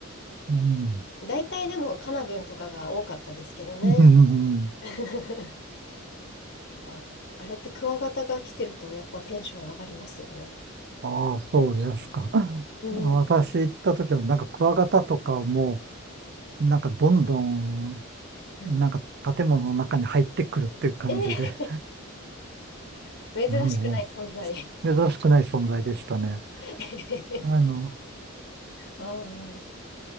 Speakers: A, on the right; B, on the left.
A: うん。
B: 大体でもカナブンとかが多かったですけどね。
A: うん。
B: <laughs> あ、あれってクワガタが来てるとやっぱテンション上がりますよね。
A: ああ、そうですか。<laughs>
B: うん。
A: 私行った時は、なんかクワガタとかも、なんかどんどん、
B: はい。
A: なんか建物の中に入ってくるっていう感じで、
B: えー <laughs>
A: <laughs>
B: 珍しくない存在
A: もう、珍しくない存在でしたね。
B: <laughs>
A: あの、
B: ああ、